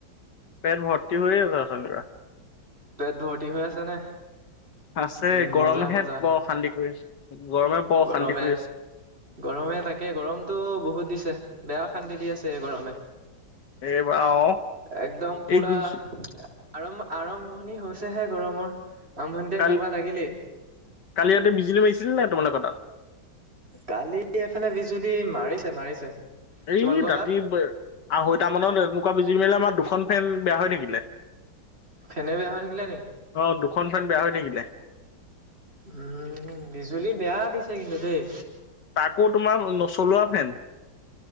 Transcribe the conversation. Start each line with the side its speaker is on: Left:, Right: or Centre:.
Left: পেট ভৰ্তি হৈয়ে আছে অঠনি পৰা
Right: পেট ভৰ্তি হৈ আছে নে?
Left: আছে
Right: উম
Left: গৰমেহে
Right: মজা মজা
Left: বৰ অশান্তি কৰি আছে। গৰমে বৰ অশান্তি
Right: গৰমে
Left: কৰি আছে।
Right: গৰমে তাকে গৰমতটো বহুত দিছে বেয়া। অশান্তি দি আছে এই গৰমে।
Left: এইবাৰ অ
Right: একদম পুৰা
Left: এই গুজ-
Right: আৰম আৰম আৰম্ভণি হৈছেহে গৰমৰ। আৰম্ভণিতে
Left: কালি
Right: এনেকুৱা লাগিলেই
Left: কালি ইয়াতে বিজুলী মাৰিছিল নাই তোমালোকৰ তাত?
Right: কালি এফালে বিজুলী মাৰিছে মাৰিছে।
Left: এই
Right: তোমালোকৰ
Left: ৰাতি
Right: তাত
Left: আঢ়ৈটা মানত এনেকোৱা বিজুলী মাৰিলে, আমাৰ দুখন ফেন বেয়া হৈ থাকি লে
Right: ফেনে বেয়া হৈ থাকিলে নি?
Left: অ দুখন ফেন বেয়া হৈ থাকিলে।
Right: উম বিজুলী বেয়া দিছে কিন্তু দেই।
Left: তাকো তোমাৰ নচলোৱা ফেন।